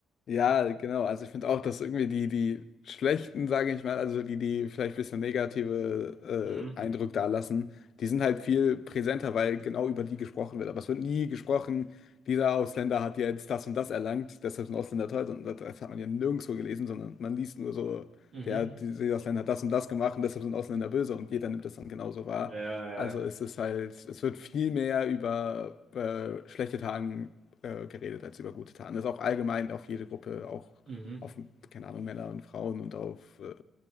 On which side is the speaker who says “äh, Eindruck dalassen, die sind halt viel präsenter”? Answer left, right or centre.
Left